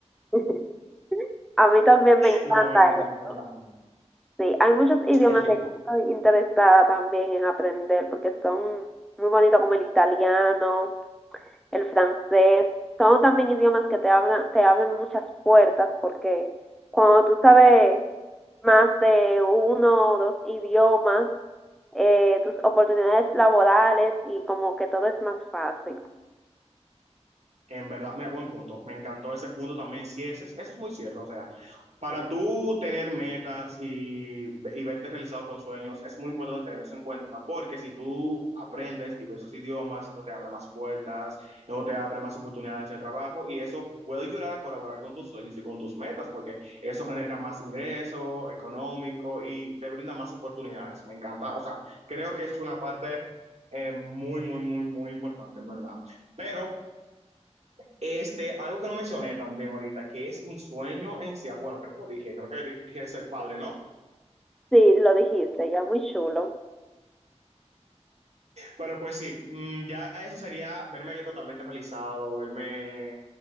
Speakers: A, in the centre; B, on the right.
A: <laughs> A mí también me encanta
B: No, mentira,
A: esto.
B: Fernando.
A: Sí, hay muchos idiomas
B: ¿El qué?
A: que estoy interesada también en aprender porque son muy bonitos como el italiano, el francés. Son también idiomas que te hablan, te abren muchas puertas porque cuando tú sabes más de uno o dos idiomas, eh, tus oportunidades laborales y como que todo es más fácil.
B: En verdad, mira, buen punto. Me encantó ese punto también. Sí, ese, es- eso es muy cierto. O sea, para tú tener metas y, y verte realizado con sueños, es muy importante tener eso en cuenta, porque si tú aprendes diversos idiomas, eso te abre más puertas, eso te abre más oportunidades de trabajo y eso puede ayudar a colaborar con tus sueños y con tus metas, porque eso genera más ingreso económico y te brinda más oportunidades. Me encanta. O sea, creo que eso es una parte eh, muy, muy, muy, muy importante, en verdad. Pero este, algo que no mencioné también ahorita, que es mi sueño en sí. Bueno, creo que lo dije, creo que dije ser padre, ¿no?
A: Sí, lo dijiste, ya muy chulo.
B: Pero pues sí, mm, ya eso sería verme totalmente realizado, verme